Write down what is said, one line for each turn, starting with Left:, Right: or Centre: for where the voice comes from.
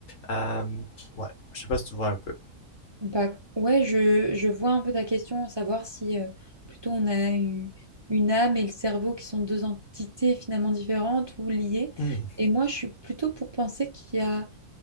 Left: euh, ouais, je sais pas si tu vois un peu.
Right: Bah ouais, je je vois un peu ta question, savoir si euh, plutôt on a eu une âme et le cerveau qui sont deux entités finalement différentes ou liées.
Left: Hmm.
Right: Et moi, je suis plutôt pour penser qu'il y a